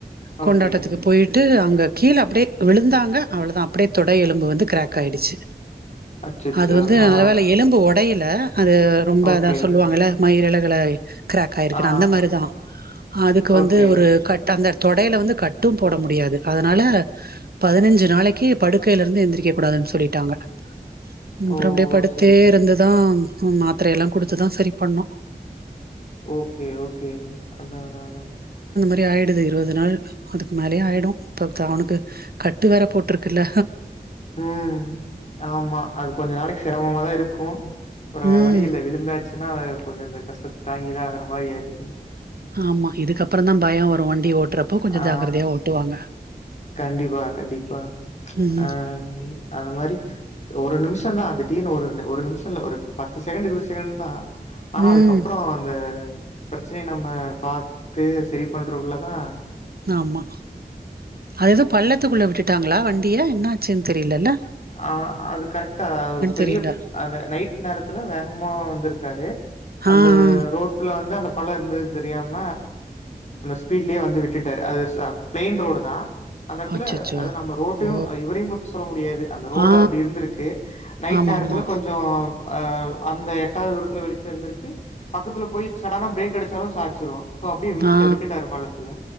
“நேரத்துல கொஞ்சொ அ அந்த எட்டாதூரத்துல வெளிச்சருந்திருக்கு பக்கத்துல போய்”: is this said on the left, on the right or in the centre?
Left